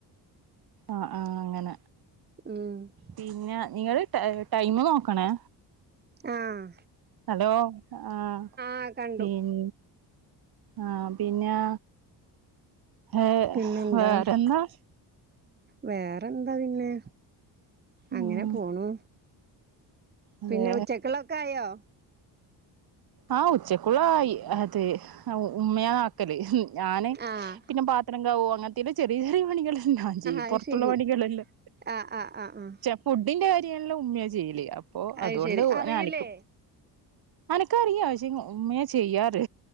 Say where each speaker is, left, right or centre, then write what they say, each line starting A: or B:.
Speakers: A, on the right; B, on the right.
A: ആഹ് ആ ഹ് അങ്ങന
B: മം
A: പിന്ന നിങ്ങള് ടൈം നോക്കണേ.
B: ആഹ്
A: ഹലോ ആഹ്
B: ആഹ് കണ്ടു
A: പിന്ന ആഹ് പിന്നാ. ആഹ്
B: പിന്നെന്താ
A: വേറെന്നാ.
B: വേറെന്താ പിന്നെ അങ്ങനെ
A: ആഹ്
B: പോണു.
A: അതെ
B: പിന്നെ ഉച്ചക്ക്ള്ളോക്കെ ആയോ?
A: ആഹ് ഉച്ചക്കുള്ളായി അത് ഉമ്മയാന്ന് ആക്കല് ഞാന്
B: ആഹ്
A: പിന്നെ പാത്രം കൗവ. അങ്ങനത്തെല് ചെറിയ ചെറിയ പണികളല്ലാം ഞാൻ ചെയ്യു
B: അത്
A: പൊറത്തുള്ള
B: ശരി
A: പണികളെല്ലം
B: ആഹ് ആഹ് ആ ഹ് മ്മ്
A: ഫുഡിന്റെ കാര്യല്ലം ഉമ്മയ ചെയ്ല് അപ്പൊ
B: അത്
A: അതോണ്ട്
B: ശരി അറിയില്ലേ
A: നക്ക് ക്കറിയ പശ്ശെ ഉമ്മയാ ചെയ്യാറ്